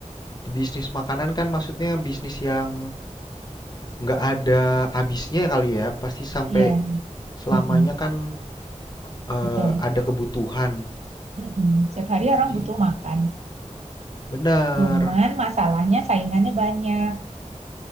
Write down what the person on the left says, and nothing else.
di bisnis makanan kan maksudnya bisnis yang nggak ada habisnya kali ya. Pasti sampai
selamanya
kan eh,
ada kebutuhan.
Di
iya.
bener.